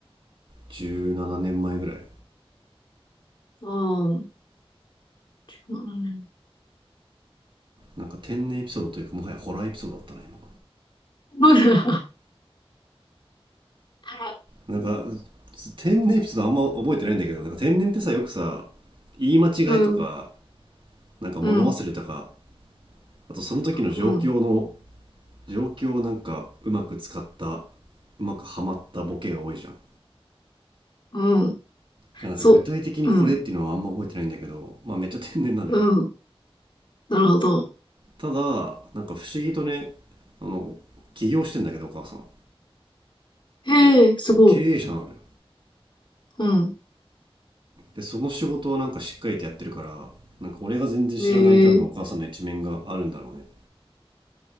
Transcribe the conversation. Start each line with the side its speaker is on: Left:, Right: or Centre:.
Right: 17年前ぐらい
Left: のああ、なるほどね
Right: なんか天然エピソードというかもはやホラーエピソードだったな今
Left: ほら。はい
Right: なんか天然エピソードあんま覚えてないんだけどなんか天然ってさよくさ言い間違いとか
Left: うん、
Right: なんか物忘れとか
Left: うん、
Right: あとその時の状況の
Left: うん、
Right: 状況をなんかうまく使ったうまくはまったボケが多いじゃんだ
Left: うん、
Right: からなんか具体的にこれっていうのはあんま覚えてないんだけどまあめっちゃ天然なのよ
Left: そう、うん、うん、なるほど。
Right: ただなんか不思議とねあの起業してんだけどお母さん
Left: へえ、すごい。
Right: 経営者なのよ
Left: うん、
Right: でその仕事をなんかしっかりとやってるからなんか俺が全然知らない多分お母さんの一面があるんだろうね
Left: へえ。